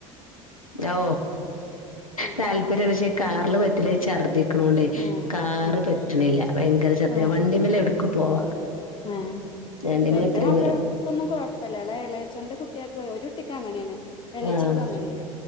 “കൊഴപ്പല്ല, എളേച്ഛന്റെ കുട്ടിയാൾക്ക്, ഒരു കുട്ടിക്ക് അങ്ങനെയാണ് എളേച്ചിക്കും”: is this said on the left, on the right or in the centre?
Left